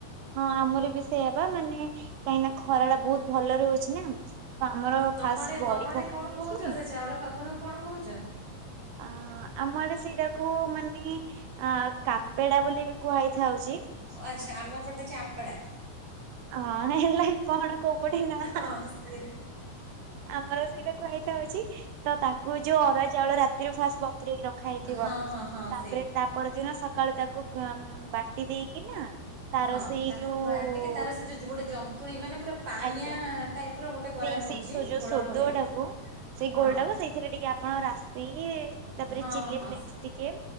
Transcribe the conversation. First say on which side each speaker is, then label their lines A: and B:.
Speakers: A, on the right (about 80°); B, on the right (about 40°).
A: ହଁ ଆମର ବି ସେୟାପା ମାନେ କାହିଁକିନା ଖରାଟା ବହୁତ ଭଲରେ ହଉଛି ନା। ତ ଆମର
B: ତମ
A: ଫାଷ୍ଟ
B: ଆଡ଼େ
A: ବଡି
B: ତମ ଆଡ଼େ
A: ପକା
B: କଣ
A: ହେଇଯାଇଛି।
B: କହୁଛ ସେ ଚାଉଳ ପାମ୍ପଡକୁ କଣ କହୁଛ?
A: ଆ ଆମ ଆଡ଼େ ସେଇଟାକୁ ମାନେ ଆ କାପେଡ଼ା ବୋଲି ବି କୁହାଇଥାଉଛି।
B: ଓ ଆଚ୍ଛା ଆମ ପଟେ ଯେ ଆପଡା।
A: ହଁ ହେଲା କଣ କଉପଟେ ନାଁ।
B: ହଁ ସେ
A: ଆମର ସେଇଟା କୁହା ହେଇଥାଉଛି ତ ତାକୁ ଯୋଉ ଅରୁ ଚାଉଳ ରାତିରୁ ଫାଷ୍ଟ ବତରକି ରଖା ହେଇଥିବ
B: ହଁ ହଁ ସେ
A: ତାପରେ ତା ପରଦିନ ସକାଳୁ ତାକୁ ବାଟି ଦେଇକି ନା ତାର
B: ହଁ
A: ସେଇ
B: ତାକୁ
A: ଯୋଉ
B: ବାଟିକି ତାର ସେ ଯୋଉ ଗୋଟେ ଯନ୍ତୁଣୀ ମାନେ ପୁରା ପାଣିଆ
A: ଆଜ୍ଞା
B: ଟାଇପ ର ଗୋଟେ କରାହେଉଛି
A: ସେଇ ସେଇ ଯୋଉ
B: ଘୋଳ
A: ସଦୁଟାକୁ
B: ଭଳି
A: ସେଇ
B: ହଁ
A: ଗୋଲ ଟାକୁ ସେଇଥିରେ ଟିକେ ଆପଣ ରାଶି ତାପରେ
B: ହଁ
A: ଚିଲ୍ି
B: ହଁ।
A: ଫ୍ଲେକ୍ସ ଟିକେ